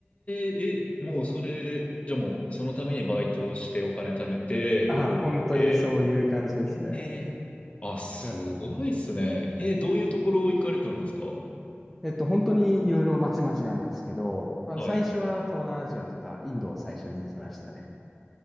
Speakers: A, on the left; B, in the centre.
A: え、え、もうそれ、じゃあもうそのためにバイトをしてお金貯めて旅行行って、
B: あ、本当にそういう感じですね。
A: ええ、あ、すごいっすね。
B: だ
A: えー、どういうところ行かれたんですか
B: えっと、本当にいろいろまちまちなんですけど、あの、
A: はい。
B: 最初は東南アジアとかインドを最初に行きましたね。